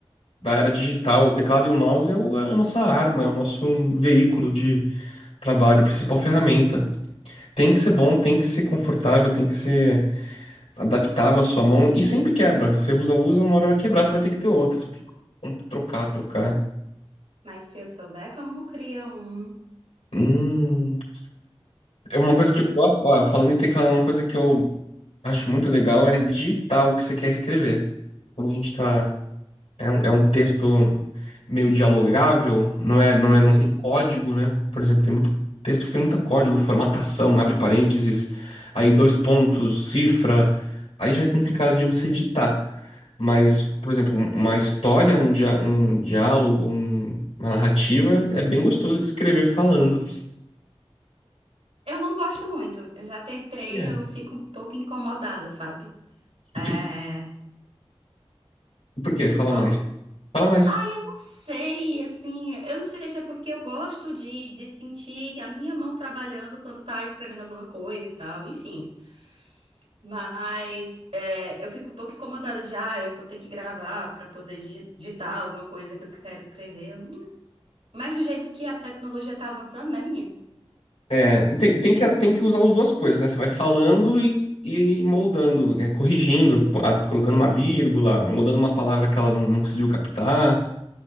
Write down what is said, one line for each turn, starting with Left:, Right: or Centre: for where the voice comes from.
Left: da era digital. O teclado e o mouse é, o- é a nossa arma, é o nosso veículo de trabalho, a principal ferramenta. Tem que ser bom, tem que ser confortável, tem que ser adaptável à sua mão e sempre quebra. Você usa, usa, uma hora vai quebrar, você vai ter que ter outra, você vai ter que com- trocar, trocar.
Right: Mas se eu souber como cria um.
Left: Hum, é uma coisa que eu gosto, ó, falando em teclado, uma coisa que eu acho muito legal é digitar o que você quer escrever. Quando a gente tá É um, é um texto meio dialogável, não é, não
Right: Uhum.
Left: é, não tem código, né? Por exemplo, tem muito texto que tem muito código, formatação, abre parênteses, aí dois pontos, cifra, aí já é complicado de você ditar. Mas, por exemplo, um- uma história, um, dia, um diálogo, um- uma narrativa, é bem gostoso de escrever falando.
Right: Eu não gosto muito, eu já tentei,
Left: É.
Right: eu fico um pouco incomodada, sabe? É.
Left: Fi- Por quê? Fala
Right: Como?
Left: mais. Fala mais.
Right: Ai, eu não sei, assim, eu não sei se é porque eu gosto de, de sentir a minha mão trabalhando quando tá escrevendo alguma coisa e tal, enfim. Mas é, eu fico um pouco incomodada de, ah, eu vou ter que gravar pra poder digi- digitar alguma coisa que eu quero escrever. Mas do jeito que a tecnologia tá avançando, né, menino?
Left: É, tem, tem que, tem que usar as duas coisas, né? Você vai falando e, e moldando, é, corrigindo, pô, ah, colocando uma vírgula, mudando uma palavra que ela não, não conseguiu captar.